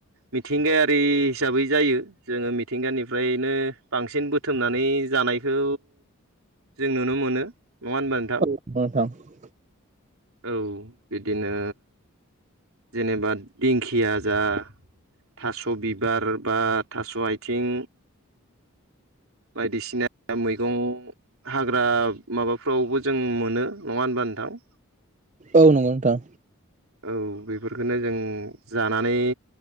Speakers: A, on the right (about 75°); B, on the right (about 35°).
A: मिथिंगायारि हिसाबै जायो जोङो मिथिंगानिफ्रायनो बांसिन बो थोमनानै जानायखौ जों नुनो मोनो। नङा होनबा नोंथां
B: <unintelligible>
A: औ बिदिनो जेनेबा दिंखिया जा थास' बिबार बा थास' आइथिं बायदिसिना मैगं हाग्रा माबाफ्रावबो जों मोनो। नङा होनबा नोथां?
B: औ नंगौ नोंथां।
A: औ बैफोरखोनो जों जानानै